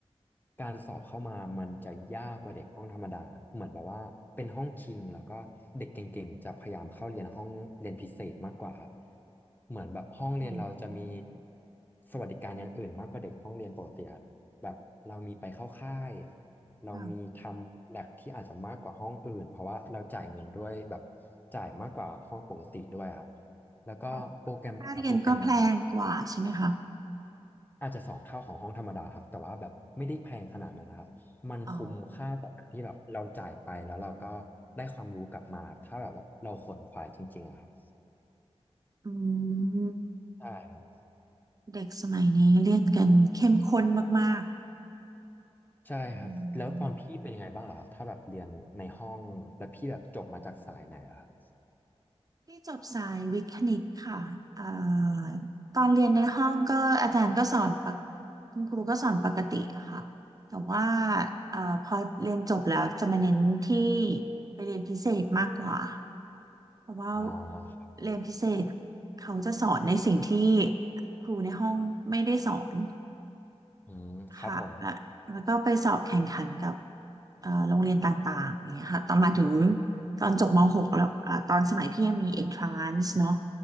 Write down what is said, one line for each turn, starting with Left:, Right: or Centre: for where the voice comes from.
Left: การสอบเข้ามามันจะยากกว่าเด็กห้องธรรมดา เหมือนแบบว่าเป็นห้องคิงแล้วก็เด็กเก่งๆจะพยายามเข้าเรียนห้องเรียนพิเศษมากกว่าครับ เหมือนแบบห้องเรียนเราจะมี
Right: อ๋อ
Left: สวัสดิการอย่างอื่นมากกว่าเด็กห้องเรียนปกติครับแบบเรามีไปเข้าค่าย เรามีทำแลบที่อาจจะมากกว่าห้องอื่นเพราะว่าเราจ่ายเงินด้วยแบบ
Right: ค่ะ
Left: จ่ายมากกว่าห้องปกติด้วยครับแล้วก็โปรแกรมแต่ละโปรแกรมมันออก
Right: อ๋อค่าเรียนก็แพงกว่าใช่ไหมคะ
Left: อาจจะสองเท่าของห้องธรรมดาครับแต่ว่าแบบไม่ได้แพงขนาดนั้นนะครับมันคุ้มค่าต่อการที่แบบเราจ่ายไปแล้วเราก็
Right: อ๋อ
Left: ได้ความรู้กลับมาถ้าแบบว่าเราขวนขวายจริงๆอะครับ
Right: อืม
Left: ใช่ครับ
Right: เด็กสมัยนี้เรียนกันเข้มข้นมากๆอื
Left: ใช่ครับแล้วตอนพี่เป็นยังไงบ้างล่ะครับถ้าแบบเรียนในห้องแล้วพี่แบบจบมาจากสายไหนล่ะครับ
Right: ม ที่จบสายวิทย์คณิตค่ะเอ่อตอนเรียนในห้องก็อาจารย์ก็สอนปกคุณครูก็สอนปกติอะค่ะแต่ว่าเอ่อพอเรียนจบแล้วจะมาเน้นที่ไปเรียนพิเศษมากกว่าเพราะว่า
Left: อ่าครับ
Right: เรียนพิเศษเขาจะสอนในสิ่งที่ครูในห้องไม่ได้สอน
Left: อืมครับผม
Right: ค่ะและแล้วก็สอบแข่งขันกับเอ่อโรงเรียนต่างๆอย่างเงี้ยค่ะตอนมาถึงตอนจบมหกแล้วเอ่อตอนสมัยพี่ยังมี entrance เนาะ